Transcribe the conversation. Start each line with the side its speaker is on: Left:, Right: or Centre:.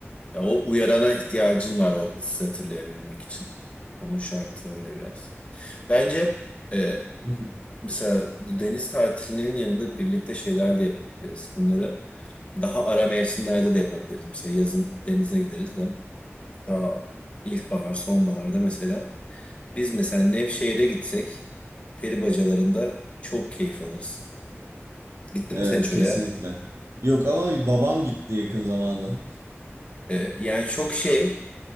Left: ya o uyarana ihtiyacın var o hissi hatırlayabilmek için. Onun şartı öyle biraz. Bence e,
Right: <laughs>
Left: mesela bu deniz tatilinin yanında birlikte şeyler de yapabiliriz. Bunları Daha ara mevsimlerde de yapabiliriz. Mesela yazın denize gideriz de daha ilkbahar, sonbaharda mesela. Biz mesela Nevşehir'e gitsek peri bacalarında çok keyif alırız. Gittin
Right: Evet
Left: mi sen hiç
Right: kesinlikle.
Left: oraya?
Right: Yok ama babam gitti yakın zamanda.
Left: Ee, yani çok şey,